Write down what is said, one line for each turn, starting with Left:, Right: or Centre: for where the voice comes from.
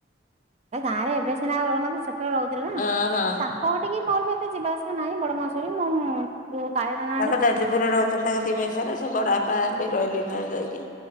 Right: ଏ ଗାଁରେ ଏବେ ସିନା ରହୁ ନାହାନ୍ତି ସେତେବେଳେ ରହୁଥିଲେ ନା
Left: ହଁ ହଁ।
Right: ତା କଉ ଟିକି ମୋର ବି ଏତେ ଯିବା ଆସିବା ନାହିଁ ବଡମାଉସୀ ଘରେ ମୁଁ ହୁଁ କାଳେ। <unintelligible>
Left: ତାଙ୍କ ଯାଜପୁରରେ ରହୁଛନ୍ତି ତାଙ୍କ ଦି ଭାଇ ସାରା ସେ ବଡ଼ା ବାପା ବି ରହିଲେ ନାଁ ଯାଇକି।